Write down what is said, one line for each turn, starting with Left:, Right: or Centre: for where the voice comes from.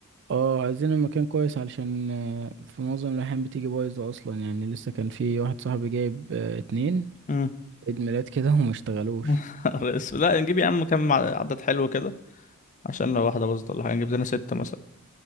Right: اه عايزين المكان كويس علشان آه، في معظم الأحيان بتيجي بايظة أصلا يعني لسه كان في واحد صاحبي جايب آه، اتنين
Left: مم.
Right: عيد ميلاد كده وما اشتغلوش
Left: <laughs> الرئيس لا نجيب يا عم كام عدد حلو كده عشان لو واحدة باظت ولا حاجة نجيب لنا ستة مثلا